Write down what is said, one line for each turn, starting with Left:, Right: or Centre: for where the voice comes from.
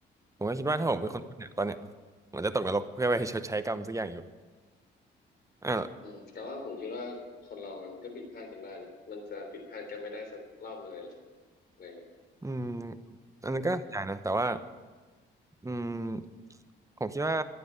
Right: ผมก็คิดว่าถ้าผมเป็นคนพูดเนี่ยตอนเนี้ย
Left: อืม
Right: ผมจะตกนรกเพื่อไปชดใช้กรรมสักอย่างอยู่อ่า
Left: อืมแต่ว่าผมคิดว่าคนเรามันก็ผิดพลาดกันได้นะมันจะผิดพลาดกันไม่ได้สักรอบหนึ่งเลยหรอกอะไรเงี้ย
Right: อืมอันนั้นก็ใช่นะแต่ว่า
Left: อืม
Right: อืมผมคิดว่า